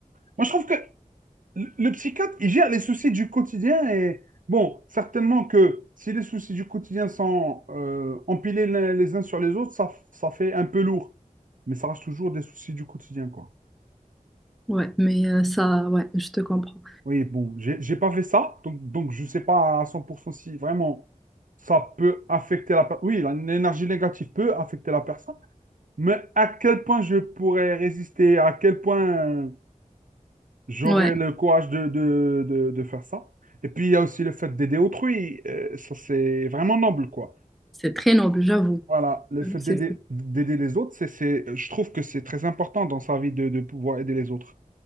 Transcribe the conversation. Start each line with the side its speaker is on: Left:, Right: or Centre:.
Right: Moi, je trouve que le le psychiatre, il gère les soucis du quotidien et, bon, certainement que si les soucis du quotidien sont euh, empilés les, les uns sur les autres, ça, ça fait un peu lourd. Mais ça reste toujours des soucis du quotidien, quoi.
Centre: ouais. Mais euh, ça, ouais, je te comprends.
Right: Oui, bon, j'ai j'ai pas fait ça, donc, donc je sais pas à 100% si vraiment ça peut affecter la personne. Oui, la- l'énergie négative peut affecter la personne, mais à quel point je pourrais résister, à quel point euh, j'aurais
Centre: Ouais,
Right: le courage de, de, de, de faire ça. Et puis il y a aussi le fait d'aider autrui, euh, ça c'est vraiment noble, quoi.
Centre: c'est très noble, j'avoue.
Right: Voilà, le fait
Centre: C'est
Right: d'aider
Centre: ça.
Right: d'aider les autres, c'est, c'est, je trouve que c'est très important dans sa vie de, de pouvoir aider les autres.